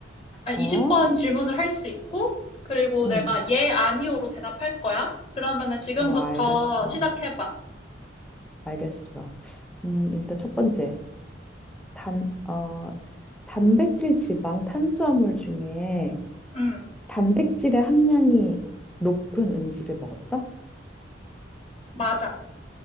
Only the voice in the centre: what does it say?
어,
응,
어, 알겠어,
알겠어. 음, 일단 첫 번째, 단, 어, 단백질, 지방, 탄수화물 중에
단백질의 함량이 높은 음식을 먹었어?